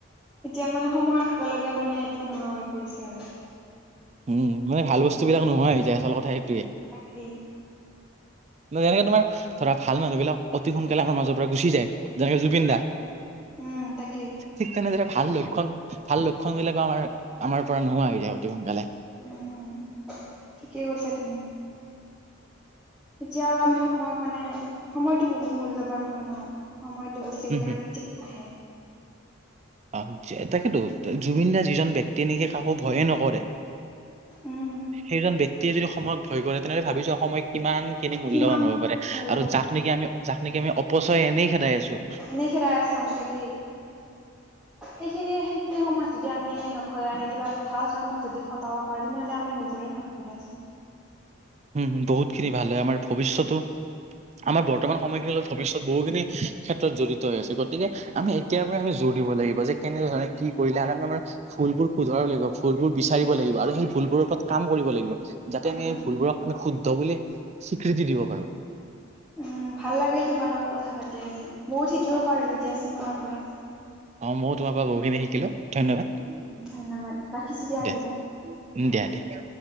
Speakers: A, in the centre; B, on the right (about 30°).
A: এতিয়া মানে সময়ৰ লগে লগে মানে এইটো নোহোৱা হৈ পৰিছে আৰু
B: উমঁ! মই ভাল বস্তুবিলাক নোহোৱা আচল কথা সেইটোৱে
A: তাকে!
B: <unintelligible> এনেকে তোমাৰ, ধৰা ভাল মানুহ বিলাক অতি সোনকালে, আমাৰ মাজৰ পৰা গুচি যায়! যেনেকে, জুবিন দা!
A: উম তাকেই
B: ঠিক তেনেদৰে, ভাল লক্ষণ ভাল লক্ষণ বিলাকো আমাৰ, আমাৰ পৰা নোহোৱা হৈ যাব, অতি সোনকালে।
A: উম, ঠিকে কৈছা তুমি! এতিয়া আৰু আমি সময় মানে, সময়টো বহুত মূল্যবান হয় ন'! সময়টো গুচি
B: উম
A: গ'লে
B: হুম।
A: কেতিয়াও নাহে।
B: অ'! আচ্ছা, তাকেতো! জুবিন দা যিজন ব্য তেনেকে, কাকো ভয়ে নকৰে!
A: উম।
B: সেইজন ব্যক্তি। এতিয়া, যদি সময়ত ভয় কৰে! তেনেহ'লে ভাবিছোঁ! সময় কিমানখিনি মূল্যবান
A: কিমান
B: হ'ব পাৰে
A: মূল্য
B: আৰু যাক নেকি আমি যাক নেকি আমি, অপচয় এনেই খেদাই আছোঁ।
A: এনেই খেদাই আছা। তাকেই! সেইখিনি, সেই সেইখিনি সময়ত, যদি আমি, এনে নখটাই, আমি কিবা ভাল কামত যদি খটাব পাৰোঁ, তেনেহ'লে আমাৰ নিজৰে ভাল হ'ব দিয়াচোন!
B: উম, উম, বহুতখিনি ভাল হয়! আমাৰ ভৱিষ্যতো। আমাৰ বৰ্তমান সময়খিনিলৈ, ভৱিষ্যত বহুখিনি ক্ষেত্ৰত জড়িত হৈ আছে। গতিকে, আমি, এতিয়াৰ পৰাই আমি জোৰ দিব লাগিব। যে, কেনে ধৰণে, কি কৰিলে, আৰু আমাৰ ভুলবোৰ শুধৰাব লাগিব, ভুলবোৰ বিচাৰিব লাগিব আৰু সেই ভুলবোৰৰ ওপৰত, কাম কৰিব লাগিব। যাতে আমি,
A: উম উম
B: ভুলবোৰক, আমি শুদ্ধ বুলি স্বীকৃতি দিব পাৰোঁ।
A: উম ভাল লাগিল তোমাৰ লগত কথা পাতি আজি! বহুত শিকিব পাৰিলোঁ, দিয়াচোন তোমাৰ পৰা।
B: অ'! মইয়ো তোমাৰ পৰা, বহুখিনি শিকিলোঁ, ধন্যবাদ!
A: উম ধন্যবাদ ৰাখিছো
B: দিয়া।
A: আজিলৈ
B: উম!
A: অ
B: দিয়া, দিয়া।